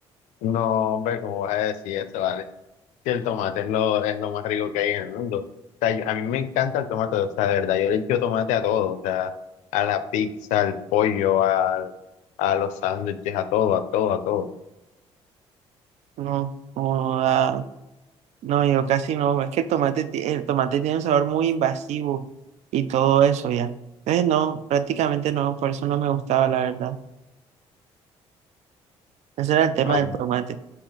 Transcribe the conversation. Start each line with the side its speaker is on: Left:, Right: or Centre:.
Left: No, hombre, ¿cómo vas a decir eso, vale? Que el tomate es lo, es lo más rico que hay en el mundo. O sea, yo- a mí me encanta el tomate, o sea, de verdad, yo le echo tomate a todo, o sea, a la pizza, al pollo, al- a, los sándwiches, a todo, a todo, a todo.
Right: no, no, ah, no, yo casi no, es que el tomate, ti- el tomate tiene un sabor muy invasivo y todo eso ya. Entonces no, prácticamente no, por eso no me gustaba, la verdad. Ese era el tema
Left: A,
Right: del tomate.